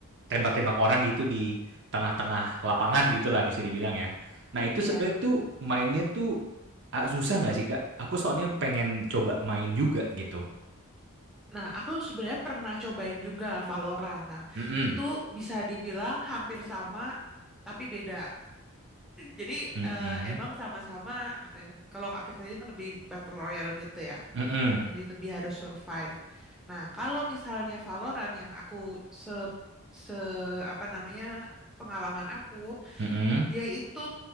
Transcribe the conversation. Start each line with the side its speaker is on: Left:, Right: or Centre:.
Right: tembak-tembak orang gitu di tengah-tengah lapangan gitu lah bisa dibilang ya. Nah itu
Centre: iya.
Right: sebenarnya tuh mainnya tuh ah, susah nggak sih Kak? Aku soalnya pengen coba main juga gitu.
Centre: Nah, aku sebenarnya pernah cobain juga Valorant. Nah,
Right: Mm-mm.
Centre: itu bisa dibilang hampir sama tapi beda. Jadi
Right: Mm-mm.
Centre: eh, emang sama-sama apa ya, kalau Apex Legends kan lebih battle royale gitu ya.
Right: Mm-mm.
Centre: Jadi lebih harus survive. Nah, kalau misalnya Valorant yang aku se se apa namanya pengalaman aku,
Right: Mm-mm. Mm-mm.
Centre: dia itu